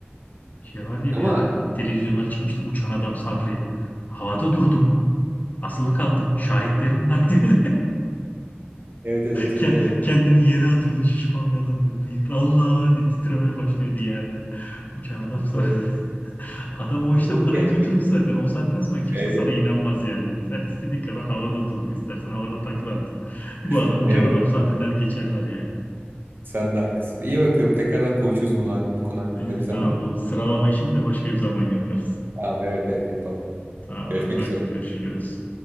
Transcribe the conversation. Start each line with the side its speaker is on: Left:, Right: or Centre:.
Left: şey var diye
Right: Ama
Left: bir ara televizyonlara çıkmıştı uçan adam Sabri. Havada durdum. Asılı kaldım. Şahitlerim var <laughs> diyordu.
Right: evet evet hatırlıyorum.
Left: Ke- Kendini yere atıyordu şişman bir adam böyle bıyıklı. Allah diye titremeye başlıyordu yerde. Uçan adam Sabri.
Right: Evet.
Left: Adam o işten
Right: Onun
Left: parayı
Right: gerçeği.
Left: götürdü zaten. O saatten sonra kimse
Right: Evet.
Left: sana
Right: evet.
Left: inanmaz yani. Sen istediğin kadar havada dur. istersen havada takla at. <laughs> Bu
Right: <laughs>
Left: adam uçan
Right: Evet.
Left: adam sabreder geçerler yani.
Right: Sen de haklısın. İyi bakalım. Tekrardan konuşuruz bunu, bu konu hakkında
Left: Neyse
Right: bir zaman.
Left: tamam bu sıralama işini de başka bir zaman yaparız.
Right: Tamam, evet evet yapalım.
Left: Tamamdır
Right: Görüşmek
Left: hadi
Right: üzere.
Left: görüşürüz.